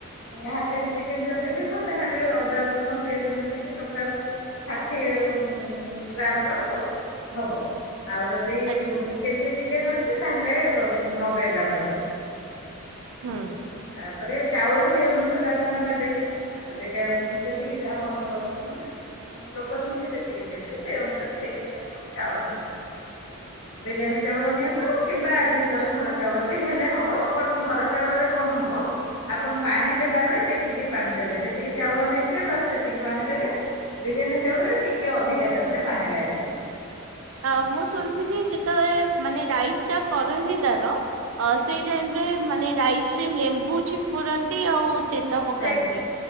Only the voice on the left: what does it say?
ହାଫ୍ କେଜି ଚିକେନ ଯଦି ଥିବ ତାହେଲେ ଅଦା, ରସୁଣ, ପିଆଜ ମିଶିକି ଟୋଟାଲ ଷାଠିଏ ଉଁ ଗ୍ରାମ୍ ର ହବ ଆଉ ଯଦି
କେଜିଏ ଚିକେନ୍ ଅଛି। ତାହେଲେ ନବେ ଗ୍ରାମ ର ହେବ।
ତାପରେ ଚାଉଳ ସେଇ ଅନୁସାରେ ଆପଣ ନେବେ। ତ ଟିକେ ଫୁଣି ଯେତିକି ଆପଣଙ୍କର ମାନେ ଲୋକ ସଂଖ୍ୟା ଯେତିକି ଥିବେ ସେଇ ଅନୁସାରେ ଦେଖିକି ଆପଣ ଚାଉଳ ନେବେ ବିରିୟାନୀ ଚାଉଳ ନିଅନ୍ତୁ କିମ୍ବା ଜଲ୍ ଘର ଚାଉଳ ବି ହେଲେ ହବ ବଟ୍ ଘର ଚାଉଳରେ କଣ ହବ ଆପଣ ପାଣି ଦେଲା ବେଳେ ଦେଖିକି ପାଣି ଦେବେ, ଯେତିକି ଚାଉଳ ନେଇଥିବେ ବାସ୍ ସେତିକି ପାଣି ଦେବେ। ବିରିୟାନୀ ଚାଉଳରେ ଟିକେ ଅଧିକା ତା ଦେହରେ ପାଣି ଲାଗିବ।
ସେ